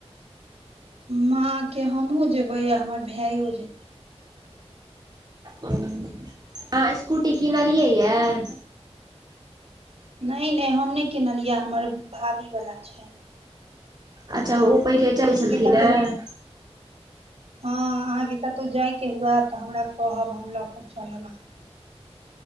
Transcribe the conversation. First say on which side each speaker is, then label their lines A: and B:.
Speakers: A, on the right; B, on the right.
A: माँ के, हमहुँ जेबे आ हमर भाइयो जेेतै
B: नहि नहि नहि <inaudible> अहाँ स्कूटी किनलियै य?
A: नहि नहि, हम नहि किनलियै हमर भाभीवला छियै।
B: अच्छा ओ पहिले चढैत छलखिनहे?
A: कतहु हँ अहाँके कतहु जायके हुए त हमरा कहब हम ल क चलब अहाँके।